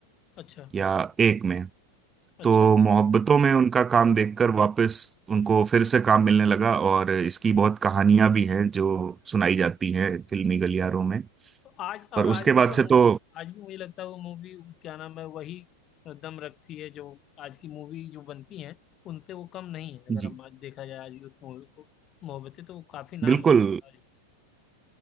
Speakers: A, on the left (about 30°); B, on the right (about 20°).
A: अच्छा
B: या एक में
A: अच्छा
B: तो
A: अच्छा
B: मोहब्बतों में उनका काम देखकर वापस उनको फिर से काम मिलने लगा और इसकी बहुत कहानियां भी हैं जो सुनाई जाती हैं फिल्मी गलियारों में
A: तो आज और
B: पर उसके
A: आज भी
B: बाद
A: वो मूवी
B: से तो
A: आज भी मुझे लगता है वो मूवी क्या नाम है वही दम रखती है जो आज की मूवी जो बनती हैं उनसे वो कम नहीं है
B: जी
A: अगर हम आज देखा जाए आज भी उस मूवी को मोहब्बतें तो वो काफी नाम
B: बिल्कुल
A: है उसका आज भी